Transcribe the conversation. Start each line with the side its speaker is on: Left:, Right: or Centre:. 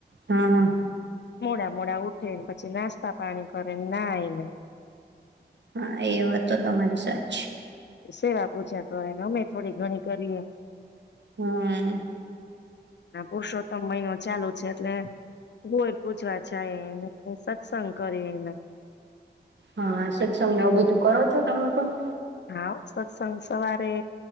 Right: હા હા
Left: મોડા મોડા ઉ ને પછી નાસ્તા પાણી કરેને ના આવીને.
Right: હા એ વાતો તમારી સાચ
Left: સેવા પૂજા કરે અમે થોડી ઘણી કરીએ.
Right: હ.
Left: પુરુષોત્તમ મહિનો ચાલુ છે એટલે કોય પૂજવા જાય એને સત્સંગ કરી એને.
Right: હા સત્સંગને એવુ બધું કરો છો તમે કોઈ?
Left: હા સત્સંગ સવારે